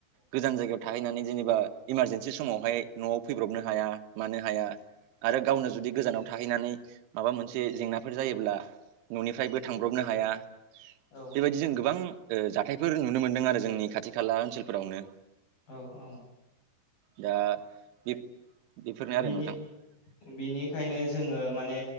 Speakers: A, on the right; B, on the left.
A: गोजान जायगायाव थाहैनानै जेनेबा इमारजेेनसि समावहाय न'आव फैब्रबनो हाया मानो हाया। आरो गावनो जुदि गोजानाव थाहैनानै माबा मोनसे जेंनाफोर जायोब्ला न'निफ्रायबो थांब्रबनो हाया।
B: औ
A: बेबायदि जों गोबां ओ जाथायफोर नुनो मोनदों आरो जोंनि खाथि खाला ओनसोल फोरावनो।
B: औ-औ।
A: दा बे बेफोरनो आरो
B: बिनि
A: नोंथां
B: बिनिखायनो जोङो माने